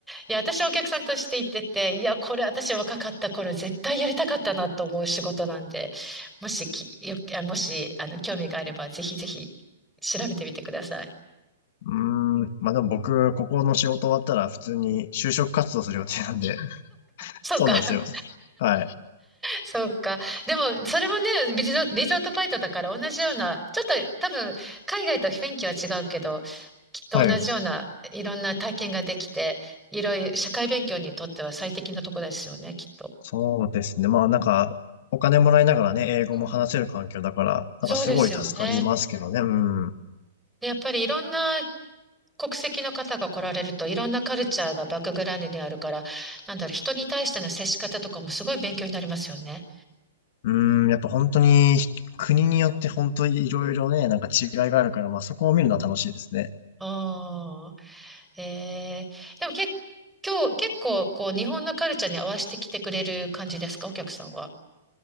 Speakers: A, in the centre; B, on the left.
A: いや、私はお客さんとして行ってて、いや、これ私若かった頃絶対やりたかったなと思う仕事なんで、もしき、よ、あもし、あの、興味があれば、ぜひぜひ調べてみてください。
B: うーん。ま、でも僕、ここの仕事終わったら普通に就職活動する予定なんで、<laughs>
A: そうか。
B: そうなんですよ。はい。
A: そうか。でも、それもね、リゾ、リゾートバイトだから同じような、ちょっと多分、海外と雰囲気は違うけど、きっと同じようないろんな体験ができて、
B: はい。
A: いろいろ社会勉強にとっては最適なとこですよね、きっと。
B: そうですね。まあなんか、お金もらいながらね、英語も話せる環境だから、
A: うんそうですよね。
B: なんかすごい助かりますけどね。うん。
A: でやっぱりいろんな国籍の方が来られると、いろんなカルチャーがバックグラウンドにあるから、なんだろう、人に対しての接し方とかもすごい勉強になりますよね。
B: うん、やっぱ本当に国によって本当にいろいろね、なんか違いがあるから、まあそこを見るのは楽しいですね。
A: ああ。えー、でもけ、今日、結構、こう、日本のカルチャーに合わせてきてくれる感じですか、お客さんは。